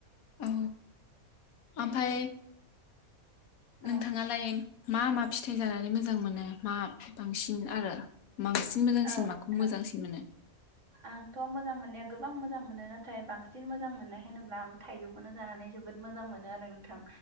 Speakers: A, on the left; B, on the right.
A: औ ओमफाय
B: औ
A: नोंथाङालाय मा मा फिथाइ जानानै मोजां मोनो मा बांसिन आरो। बांसिन मोजां
B: औ
A: सिन
B: नोंथां
A: माखौ मोजांसिन मोनो?
B: आंथ' मोजां मोननाया गोबां मोजां मोनो। नाथाय बांसिन मोजां मोननाय होनोब्ला आं थाइजौखौनो जानानै जोबोद मोजां मोनो आरो नोंथां।